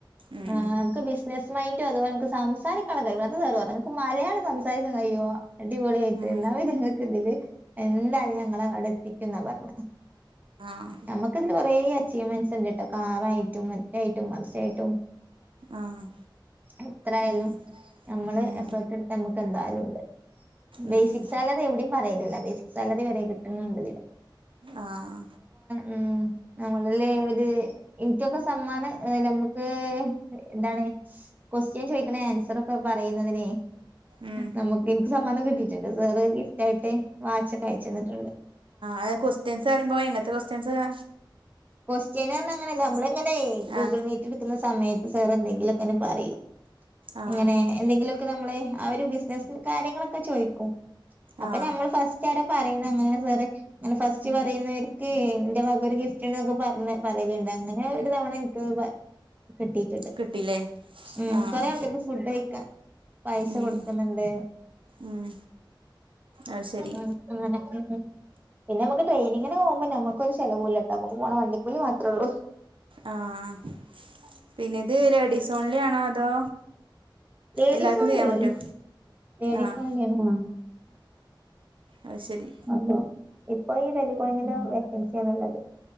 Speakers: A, on the right (about 85°); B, on the right (about 20°).
A: ഉം
B: ആഹ് നിങ്ങക്ക് നസ്സ് മൈന്റ് അതുപോലെ നമുക്ക് സംസാരിക്കാനുള്ള കഴിവ് <unintelligible> നിങ്ങക്ക് മലയാളം സംസാരിക്കാൻ കയിയോ അടിപൊളിയായിട്ട്
A: ഉം
B: എന്നാ പിന്നെങ്ങക്ക് ഇതില് എന്തായാലും ഞാൻ ങ്ങളെ ആടെ എത്തിക്കുംന്ന പറഞ്ഞെ
A: ആഹ്
B: നമ്മക് നിക്ക് അങ്ങനെ കൊറെേ അച്ചീവ്മെന്റ്സ് ഉണ്ട് ട്ടോ കാറായിട്ടും മറ്റായിട്ടും മാർച്ചയിട്ടും
A: ആഹ്
B: എത്രായാലും
A: ഉം
B: ഞമ്മള്
A: ഉം
B: എഫേർട്ട് എടുത്താ മ്മക്ക് എന്തായാലും ഉണ്ട് ബേസിക്സാലറി
A: ഉം
B: എവിടെയും പറയലില്ല ബേസിക്സാലറി വരെ കിട്ടുന്നുണ്ട് തില്
A: ആഹ്
B: ഉം നമ്മളല്ലേ ഒരു എനിക്കൊക്കെ സമ്മാനം ലെ നമ്മക്ക് എന്താണ് കൊസ്റ്റ്യൻ ചോയ്ക്കണെ ആൻസറൊക്കെ പറയുന്നതിന്
A: ഉം
B: ഞമ്മക്ക് എനിക്ക് സമ്മാനം കിട്ടിയിട്ടുണ്ട് സാറ് ഗിഫ്റ്റ് ആയിട്ട് വാച്ചക്കെ അയച്ചന്നിട്ടുണ്ട്
A: ആയ ക്വസ്റ്റ്യൻസ് പറയിമ്പോ എങ്ങൻത്തെ കൊസ്റ്റ്യൻസ് വര
B: ക്വസ്റ്റ്യന് അർഞങ്ങനല്ല നമ്മളിങ്ങനെയെ ഗൂഗിൾ
A: ആഹ്
B: മീ എടുക്കുന്ന സമയത്ത് സാറെന്തെങ്കിലും ഒക്കെ ഇങ്ങനെ പറയും
A: ആഹ്
B: ഇങ്ങനെ എന്തെങ്കിലുക്കെ നമ്മളെ ആഹ് ഒരു ബിസിനസ് കാര്യങ്ങളൊക്കെ ചോയിക്കും അപ്പൊ
A: ആഹ്
B: ഞമ്മൾ ഫസ്റ്റ് റ്റാരാ പറയുന്ന അങ്ങനെ സാറ് അങ്ങനെ ഫസ്റ്റ്
A: ഉം
B: പറയുന്നവര് ക്ക് എന്റെ വക ഒരു ഗിഫ്റ്റ് ഉണ്ട് ന്നൊക്കെ പറഞ്ഞ് പറയലിണ്ട് അങ്ങനെ ഒരു തവണ എനിക്ക് വകിട്ടി ചിട്ട്
A: കിട്ടില്ലേ
B: ഉം
A: ആഹ്
B: കൊറെേ ആൾക്കാരിക്ക് ഫുഡ് കഴിക്കാൻ പൈസ
A: ഉം
B: കൊടുക്കുന്നിണ്ട്
A: ഉം അത് ശരി
B: ഉം ഉം ഉം പിന്നെ നമുക്ക് ട്രെയിനിങ്ങിനെ പോവുമ്പോ നമ്മ ഒരു ചിലവൂല്ലാട്ടോ നമുക്ക് പോണ വണ്ടിക്കൂലി മാത്രേള്ളൂ
A: ആഹ് പിന്നിത് ലേഡിസോൺലി ആണോ അതോ
B: ലേഡീസ്
A: എല്ലാവർക്കും
B: ഒൺലി
A: ചെയ്യാൻ പറ്റോ
B: ലേഡീസ്
A: ആഹ്
B: ഒൺലി ആണ്
A: അഹ് ശരി
B: <unintelligible> ഇപ്പൊ ഈ ടെലികോളിങ്ങിന്റെ വേക്കൻസിയാണിള്ളത്